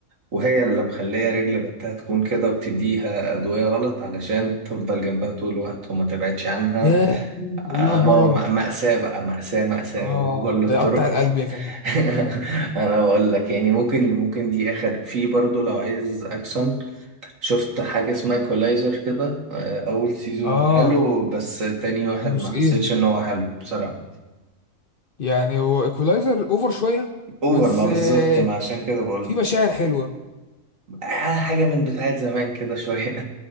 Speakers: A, on the right; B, on the left.
A: وهي اللي مخلية رجل بنتها تكون كده وبتديها أدوية غلط علشان تفضل جنبها طول الوقت وما تبعدش عنها
B: يا
A: آه،
B: ايوه المرض
A: ما هو مأ- مأساة بقى مأساة مأساة
B: اه
A: بكل
B: ده
A: الطرق
B: يقطع القلب يا جدع
A: <laughs> أنا بقول لك يعني ممكن ممكن دي آخر في برضو لو عايز أكشن شفت حاجة اسمها إيكولايزر كده آه، أول سيزون
B: اه
A: حلو بس تاني واحد
B: جزئين
A: ما حسيتش إن هو حلو بصراحة
B: يعني هو ايكولايزر اوفر شويه
A: اوفر
B: بس
A: ما بالظبط
B: آه
A: ما عشان كده بقول
B: في مشاعر حلوه
A: آه، حاجة من بتاعت زمان كده شوية